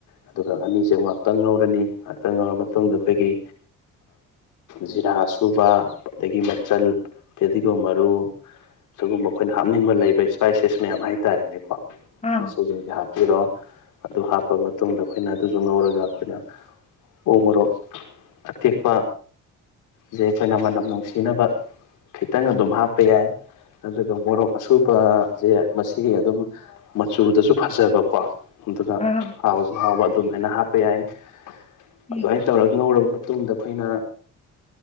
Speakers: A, on the left; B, on the left.
A: ꯑꯗꯨꯒ ꯑꯅꯤꯁꯦ ꯉꯍꯥꯛꯇꯪ ꯉꯧꯔꯅꯤ ꯉꯥꯏꯍꯥꯛꯇꯪ ꯉꯧꯔ ꯃꯇꯨꯡꯗ ꯑꯩꯈꯣꯏꯒꯤ ꯖꯤꯔꯥ ꯁꯨꯕ ꯑꯗꯒꯤ ꯃꯆꯜ ꯐꯦꯗꯤꯒꯣꯝ ꯃꯔꯨ ꯁꯤꯒꯨꯝꯕ ꯑꯩꯈꯣꯏꯅ ꯍꯥꯞꯅꯤꯡꯕ ꯂꯩꯕ ꯏꯁꯄꯥꯏꯁꯤꯁ ꯃꯌꯥꯝ ꯍꯥꯏꯇꯥꯔꯦꯅꯦꯀꯣ
B: ꯑꯥ
A: ꯁꯤꯖꯤꯡꯁꯦ ꯍꯥꯞꯄꯤꯔꯣ ꯑꯗꯨ ꯍꯥꯞꯄ ꯃꯇꯨꯡꯗ ꯑꯩꯈꯣꯏꯅ ꯑꯗꯨꯗꯨ ꯉꯧꯔꯒ ꯑꯩꯈꯣꯏꯅ ꯎꯃꯣꯔꯣꯛ ꯑꯇꯦꯛꯄ ꯖꯦ ꯑꯩꯈꯣꯏꯅ ꯃꯅꯝ ꯅꯨꯡꯁꯤꯅꯕ ꯈꯤꯇꯪ ꯑꯗꯨꯝ ꯍꯥꯞꯄ ꯌꯥꯏ ꯑꯗꯨꯒ ꯃꯣꯔꯣꯛ ꯑꯁꯨꯕꯁꯦ ꯃꯁꯤ ꯑꯗꯨꯝ ꯃꯆꯨꯗꯁꯨ ꯐꯖꯕꯀꯣ ꯑꯗꯨꯒ
B: ꯑꯥ
A: ꯍꯥꯎ ꯍꯥꯎꯕ ꯑꯗꯨꯃꯥꯏꯅ ꯍꯥꯞꯄ ꯌꯥꯏ
B: ꯎꯝ
A: ꯑꯗꯥꯢ ꯉꯧꯔꯕ ꯃꯇꯨꯡꯗ ꯑꯩꯈꯣꯏꯅ